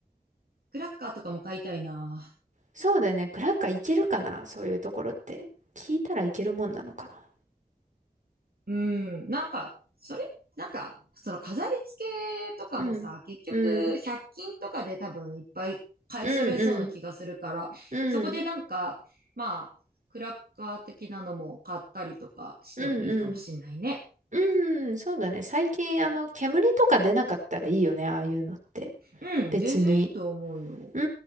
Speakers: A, on the right (about 70°); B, on the right (about 50°).
A: クラッカーとかも買いたいな。
B: そうだよね。クラッカーいけるかなそういうところって。聞いたらいけるもんなのかな
A: うん。なんか、それ、なんか、その飾り付けとかもさ、
B: うん。
A: 結局、
B: うん。
A: 100均とかで多分いっぱい買い揃えそうな気がするから、
B: うんうん。うん。
A: そこでなんか、まあ、クラッカー的なのも買ったりとかしてもいいかもしんないね。
B: うんうん。うん。そうだね。最近、あの、煙とか出なかったらいいよね。ああいうのって。
A: うん、
B: 別に。
A: 全然いいと思うよ。
B: う